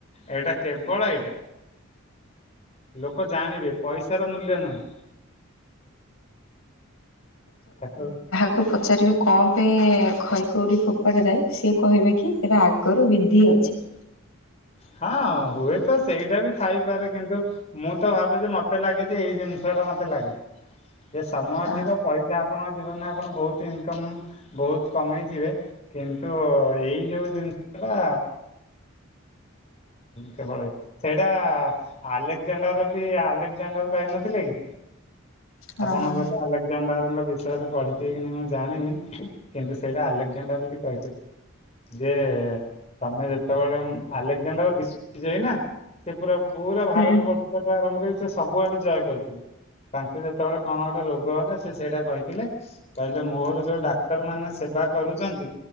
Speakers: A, on the left; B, on the left.
A: ଏଇଟା କେବଳ ଏଇଟା ଲୋକ ଜାଣିବେ। ପଇସାର ମୂଲ୍ୟ ନାହିଁ ତାକୁ
B: ତାକୁ ପଚାରିବେ କଣ ପାଇଁ ଖଇ କଉଡ଼ି ଫୋପଡ଼ା ଯାଏ ସିଏ କହିବେ କି ଏଇଟା ଆଗରୁ ବିଧି ଅଛି।
A: ହଁ ହୁଏ ତ ସେଇଟା ବି ଥାଇପାରେ କିନ୍ତୁ ମୁଁ ତ ଭାବେ ଯେ ମତେ ଲାଗେ ଯେ ଏଇ ଜିନିଷ ଟା ମତେ ଲାଗେ ଯେ ସମୟ
B: ଆ
A: ଥିବ ପଇସା। ଆପଣଙ୍କ ଜୀବନରେ ଆପଣ ବହୁତ ଇନକମ୍ ବହୁତ କମେଇଥିବେ। କିନ୍ତୁ ଏଇ ଯୋଉ ଜିନିଷ ଟା କେବେଳ ସେଇଟା ଆଲେକ୍ଜାଣ୍ଡର ବି ଆଲେକ୍ଜାଣ୍ଡର କହିନଥିଲେ କି?
B: ହଁ
A: ଆପଣ ହୁଏତ ଆଲେକ ବିଷୟରେ ପଢିଥିବ କି ନା ମୁଁ ଜାଣିନି କିନ୍ତୁ ସେଇଟା ଆଲେକଜାଣ୍ଡାର ବି କହିଥିଲେ। ଯେ ତମେ ଯେତେବେଳେ ଆଲେକଜାଣ୍ଡର ବି ବିଜୟ ନା ସେ ପୁରା ପୁରା
B: ହୁଁ
A: ଭାରତ ବର୍ଷ ଆରମ୍ଭ କରି ସେ ସବୁଆଡେ ଜୟ କରିଥିଲେ। ତାଙ୍କୁ ଯେତେବେଳେ କଣ ଗୋଟେ ରୋଗ ହେଲା ସେ ସେଇଟା କହିଥିଲେ। କହିଲେ ମୋର ଯୋଉ ଡାକ୍ତର ମାନେ ସେବା କରୁଛନ୍ତି